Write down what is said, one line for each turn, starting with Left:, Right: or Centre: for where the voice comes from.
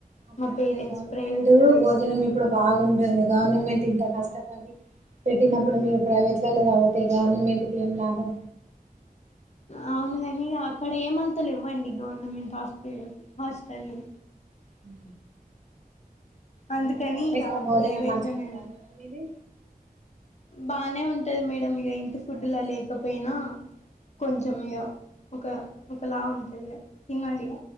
Right: అట్లనద్దు
Left: మా పేరెంట్స్
Right: గవర్నమెంట్
Left: ప్రైవేట్లో వేసేవారు
Right: భోజనం ఇప్పుడు బాగుం గవర్నమెంట్ ఇంత కష్టపడి పెట్టినప్పుడు మీరు ప్రైవేట్లలో చదువుతే గవర్నమెంట్ కు ఏం లాభం
Left: అవును కాని అక్కడ ఏమంతలెవ్వండి గవర్నమెంట్ హాస్పి హాస్టల్లు
Right: మ్
Left: అందుకని
Right: అదిగ <inaudible>
Left: ఇక
Right: భోజనం
Left: ప్రైవేట్లోనే
Right: మంచిగుందా మేడం ఇది
Left: బానే ఉంటది మేడం ఇగ ఇంటి ఫుడ్డులా లేకపోయినా కొంచమిగ ఒక ఒక లా ఉంటదిగ తినాలి ఇగ